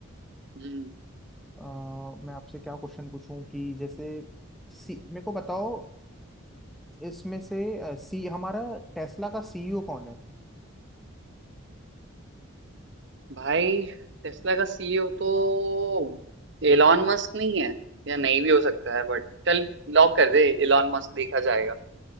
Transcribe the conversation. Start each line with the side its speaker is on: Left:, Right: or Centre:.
Right: हम्म
Centre: अ, मैं आपसे क्या क्वेश्चन पूछूं कि जैसे सी मेरे को बताओ इसमें से अ, सी हमारा टेस्ला का सीईओ कौन है
Right: भाई टेस्ला का सीईओ तो एलॉन मस्क नहीं है या नहीं भी हो सकता है बट चल लॉक कर दे एलॉन मस्क देखा जाएगा